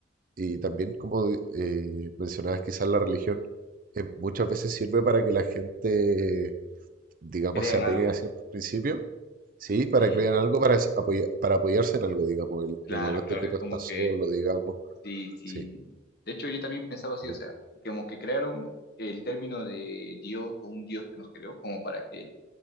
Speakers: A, on the right; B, on the left.
A: Y también como eh, mencionabas quizás la religión, eh, muchas veces sirve para que la gente digamos,
B: crean
A: se apegue
B: algo.
A: a ciertos principios, ¿sí? Para
B: Sí,
A: crear algo, para, es- apoya- para apoyarse en algo, digamos, en,
B: claro,
A: en el momento
B: claro,
A: en que
B: es
A: tú
B: como
A: estás
B: que
A: solo, digamos,
B: Sí, sí.
A: sí,
B: De hecho, yo también pensaba así,
A: como
B: o sea,
A: que-
B: como que crearon el término de Dios o un Dios que nos creó, como para que